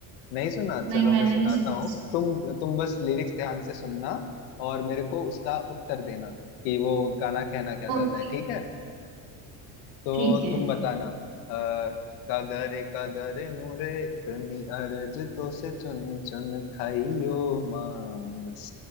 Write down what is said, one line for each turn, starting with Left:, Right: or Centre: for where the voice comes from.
Left: नहीं सुना चलो
Right: नहीं मैंने
Left: मैं सुनाता
Right: नहीं सुना
Left: हूँ तुम तुम बस लिरिक्स ध्यान से सुनना और मेरे को उसका उत्तर देना कि वो गाना कहना क्या
Right: ओके
Left: चाहता है ठीक है तो
Right: ठीक है
Left: तुम बताना अ, कागरे कागरे मोरे इतनी अर्ज तो से चुन चुन खाइयो मांस